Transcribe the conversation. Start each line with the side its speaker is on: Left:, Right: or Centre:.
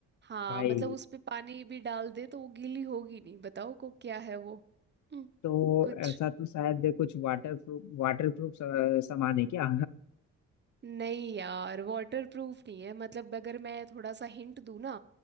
Right: हाँ
Left: भाई
Right: मतलब उस पे पानी भी डाल दे तो वो गीली होगी नहीं बताओ को क्या है वो हम्म,
Left: तो
Right: कुछ
Left: ऐसा तो शायद कुछ वाटर प्रूफ वाटर प्रूफ सामान है क्या
Right: नहीं यार वाटर प्रूफ नहीं है मतलब अगर मैं थोड़ा सा हिंट दूँ ना